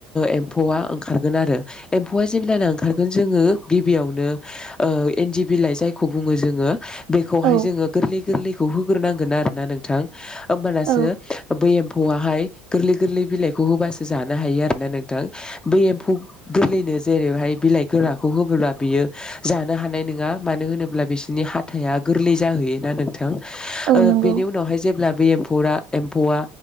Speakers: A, on the left; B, on the right.
A: एम्फौआ ओंखार आरो एम्फौ जेब्ला ओंखारगोन जोंङो गिबियावनो ओ इनदिबिलाय जायखो बुङो बुङो जोङो बेखौहाय
B: औ
A: जोङो गोरलै गोरलैखौ होग्रोनांगोन आरोना नोंथां होमबानसो
B: औ
A: बै एफैय गोरलै गोरलै बिलाइखौ होबासो जानो हायो आरोना नोंथां बै एमफै गोरैनो जेरैहाय बिलाइ गोराखौ होबोब्ला बियो जानो हानाय नङा मानो होनोब्ला बिसोरनि हाथाया गोरलै जाहैयोना नोंथां
B: औ नंगौ
A: बेनि उनावहाय जेब्ला बे एम्फौ एम्फौआ